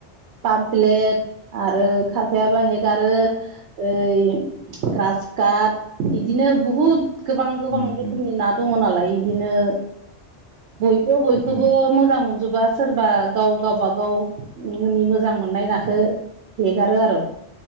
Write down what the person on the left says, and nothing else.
उम
उम
उम